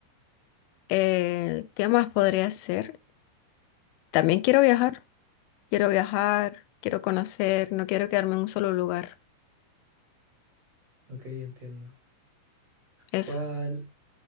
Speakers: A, on the left; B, on the right.
A: Eh, ¿qué más podría hacer? También quiero viajar. Quiero viajar, quiero conocer, no quiero quedarme en un solo lugar.
B: ok, entiendo.
A: Eso.
B: ¿Cuál